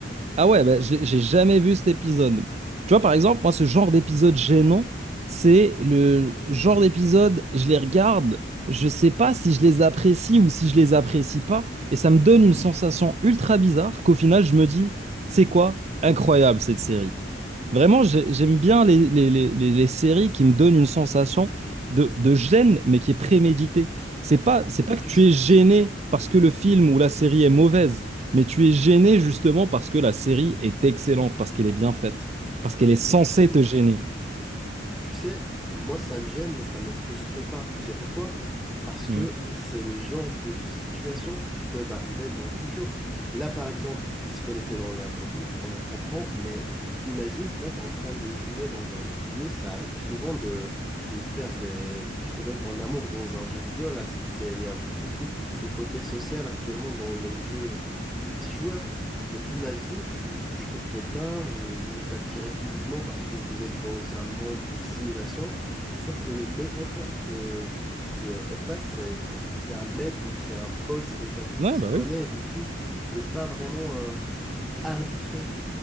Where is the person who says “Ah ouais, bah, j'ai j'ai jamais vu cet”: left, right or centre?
Right